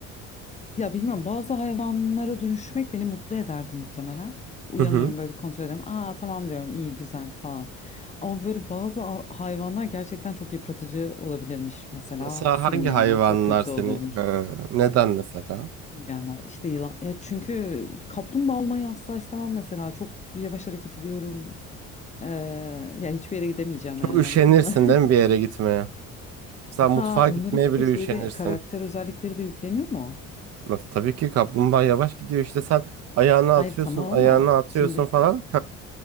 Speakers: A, on the left (about 20°); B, on the right (about 40°).
A: ya bilmiyorum bazı hayvanlara dönüşmek beni mutlu ederdi muhtemelen. Uyanıyorum
B: Hı hı.
A: böyle bir kontrol ediyorum. Aa tamam diyorum iyi güzel falan. Ama böyle bazı a- hayvanlar gerçekten çok yıpratıcı olabilirmiş. Mesela
B: Mesela
A: sürüngenler
B: hangi hayvanlar
A: çok kötü
B: seni
A: olurmuş.
B: Ha, neden mesela?
A: Sürüngenler işte yılan. Ya çünkü kaplumbağa olmayı asla istemem mesela. Çok yavaş hareket ediyorum. Ee, ya hiçbir yere gidemeyeceğim
B: Çok
A: yani
B: üşenirsin
A: anladın mı?
B: değil
A: <laughs>
B: mi bir yere gitmeye? Mesela
A: Ha
B: mutfağa
A: onların
B: gitmeye
A: bir
B: bile
A: de şeyde
B: üşenirsin.
A: karakter özellikleri de yükleniyor mu?
B: Nasıl? Tabii ki kaplumbağa yavaş gidiyor işte sen ayağını atıyorsun,
A: Hayır tamam
B: ayağını
A: ama
B: atıyorsun
A: şimdi
B: falan.